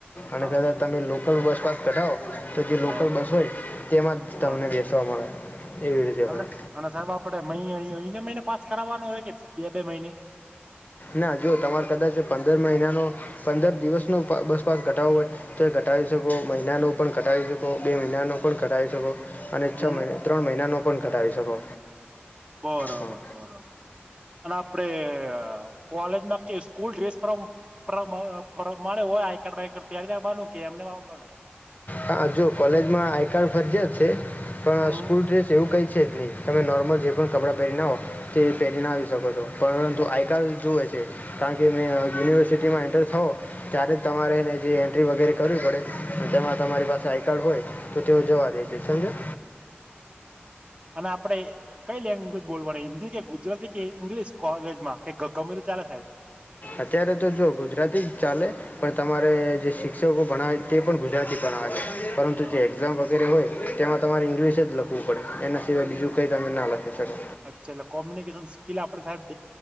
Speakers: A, on the left; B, on the right.
A: અને કદા
B: હા
A: તમે લોકલ બસ પાસ કઢાવો તો જે લોકલ
B: હા
A: બસ હોય તેમાં જ તમને
B: હા
A: બેસવા મળે એવી રીતે
B: અને
A: હોય
B: અને સાહેબ આપડે મહી <unintelligible> મહિના મહિને પાસ કરવાનો હોય કે બે બે મહિને
A: ના જો તમારે કદાચ પંદર મહિના નો પંદર દિવસ નો બસ મા ઘટાવો હોય તો ઘટાવી શકો મહિના નુ પણ ઘટાવી શકો મહિનાનો પણ કડાવી શકો અને
B: હમ
A: છો ત્રણ મહિનાનો પણ કડાવી શકો
B: બરોબર
A: હા
B: બરોબર અને આપડે કોલેજ સ્કૂલ ડ્રેસ પરાદ મારે હોય આઈ કાર્ડ બાઈ કાર્ડ પહેરી ને એમને આવાનું વા બનું
A: હા જો કોલેજમાં આઈ કાર્ડ ફરજિયાત છે પણ
B: હમ
A: સ્કૂલ ડ્રેસ એવું કઈ છે છે જ નહીં તમે નોર્મલ જે પણ કપડાં પહેરી ને આવો તે પહેરીને આવી શકો છો પરંતુ આઈ કાર્ડ લીધુ હોય <inaudible> કારણ કે મેં યુનિવર્સિટીમાં એન્ટર થવો ત્યારે જ તમારેને જે એન્ટ્રી વગેરે કરવી પડ તેમાં તમારી પાસે આઈ કાર્ડ હોય તો તેઓ જવા દે છે સમજી યો
B: અને આપડે કઈ લેંગ્વેજ બોલવાની હિન્દી કે ગુજરાતી કે ઇંગ્લિશ કોલેજમાં કે ગમે ચાલે થાય
A: અત્યારે તો જો ગુજરાતી જ ચાલે પણ તમારે જે શિક્ષકો ભણ તે પણ ગુજરાતી ભણાવ છે પરંતુ
B: હા
A: જે એક્ઝામ વગેરે હોય તેમાં તમારે ઇંગ્લિશ જ લખવું પડે એનાિવાય બીજું કંઈ તમે ના લખી શકો
B: અચ્છાને એટલે કોમ્યુનિકેશન સ્કીિલ આપડે ડેવ